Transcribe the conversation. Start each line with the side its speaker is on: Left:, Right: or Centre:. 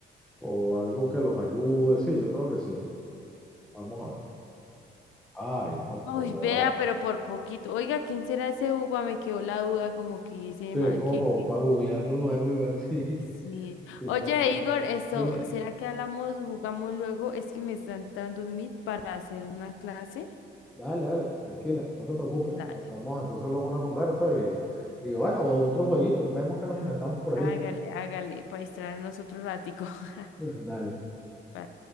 Centre: o algo que los ayude. Sí, yo creo que sí. Vamos a ver. Ay, no,
Left: Uy,
Centre: por debajo.
Left: vea, pero por poquito. Oiga, ¿quién será ese Dupa? Me quedó la duda, como que ese
Centre: Sí,
Left: man
Centre: es como
Left: que... que-
Centre: para, googlearlo luego y ver si, <laughs>
Left: Sí.
Centre: si está
Left: Oye,
Centre: por ahí.
Left: Igor, esto,
Centre: Dime,
Left: ¿será que hablamos, jugamos luego? Es que me está entrando un Meet para hacer una clase.
Centre: dale, dale, tranquila, no te preocupes.
Left: Dale,
Centre: Hacemos entonces luego una conversa y, y bueno, otro jueguito, vemos que nos inventamos por
Left: hágale,
Centre: ahí.
Left: hágale, para distraernos otro ratico. <laughs>
Centre: <laughs> Dale.
Left: Vale.